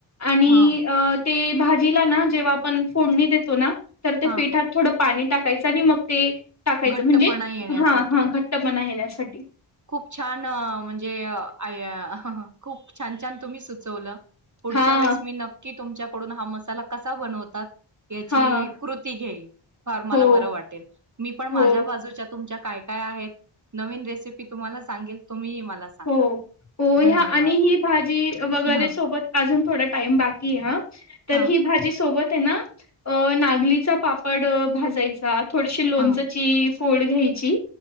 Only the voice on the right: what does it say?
हा
हा
घट्टपणा
येण्यासाठी.
खूप छान म्हणजे आया खूप छान छान तुम्ही सुचवलं. पुढच्या
वेळेस मी नक्की तुमच्याकडून हा मसाला कसा बनवतात याची
कृती घेईल फार
मला बरं वाटेल. मी पण
माझ्या बाजूच्या तुमच्या काय काय आहेत नवीन रेसिपी तुम्हाला सांगेल तुम्ही ही मला सांगा
धन्यवाद.
हां,
हां,
हां,